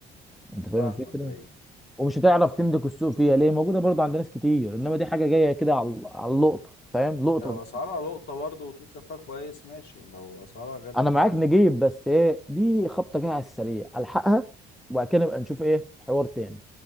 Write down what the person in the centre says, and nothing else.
انت فاهم
الفكره
ومش هتعرف تملك السوق فيها ليه موجوده برضه عند ناس كتير انما دي حاجه جايه كده على على اللقطه فاهم لقطه
انا
معاك نجيب بس ايه دي خبطه جايه على السريع الحقها وبعد كده نبقى نشوف ايه حوار تاني